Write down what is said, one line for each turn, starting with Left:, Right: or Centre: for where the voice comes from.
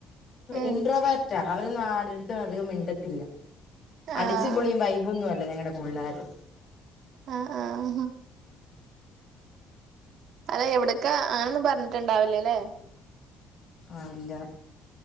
Right: ഉം
Left: ഇൻട്രോ വാറ്റ അവരൊന്നും ആരെടുത്തും അധികം മിണ്ടത്തില്ല. അടിച്ചു
Right: ആഹ്
Left: പൊളിയും വൈബൊന്നും ങ്ങ പുള്ളാര്
Right: ആഹ് ആഹ് അല്ല എവിടക്കാ അങ്ങനൊന്നും പറഞ്ഞിട്ടുണ്ടാവില്ലല്ലേ.
Left: ആഹ് ഇല്ല